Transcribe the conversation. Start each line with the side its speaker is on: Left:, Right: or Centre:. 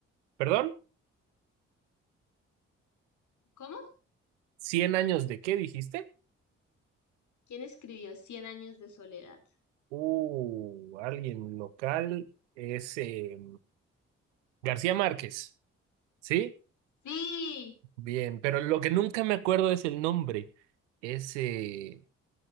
Right: ¿Perdón?
Left: ¿Cómo?
Right: ¿Cien años de qué dijiste?
Left: ¿Quién escribió Cien años de soledad?
Right: Uh, alguien local es eh, García Márquez. ¿Sí?
Left: Sí,
Right: Bien, pero lo que nunca me acuerdo es el nombre. Es. eh,